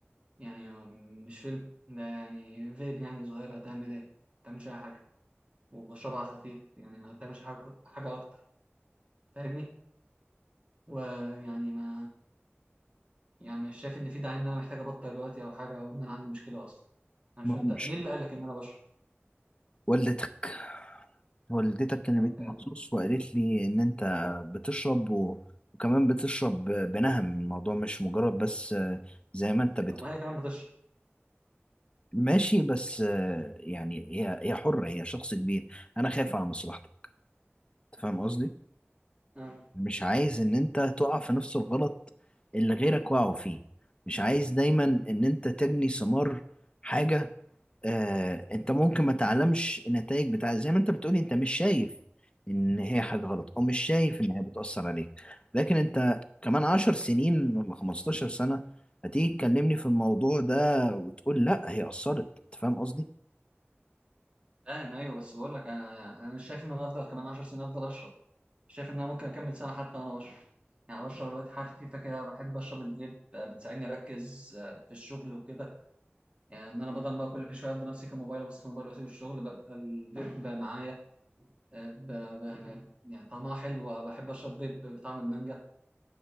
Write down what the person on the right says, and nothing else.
يعني مش فيلم ده يعني فيب يعني صغيرة هتعمل ايه؟ ما بتعملش أي حاجة وبشربها على خفيف يعني ما بتعملش حاجة حاجة أكتر فاهمني؟ ويعني ما يعني مش شايف إن في داعي إن أنا محتاج أبطل دلوقتي أو حاجة أو إن أنا عندي مشكلة أصلا أنا مش
فاهم أنت مين اللي قال لك إن أنا بشرب؟
يعني
طب ما هي كمان بتشرب
اه
فاهم أيوه بس بقول لك أنا أنا مش شايف إن أنا أفضل كمان 10 سنين أفضل أشرب شايف ان انا ممكن اكمل سنه حتى وانا بشرب يعني بشرب دلوقتي حاجه خفيفه كده بحب اشرب الفيب آه، بتساعدني اركز آه، في الشغل وكده يعني ان انا بدل ما كل شويه افضل امسك الموبايل ابص في الموبايل واسيب الشغل ببقى الفيب معايا آه، ب... ب... يعني طعمها حلو بحب اشرب فيب بطعم المانجا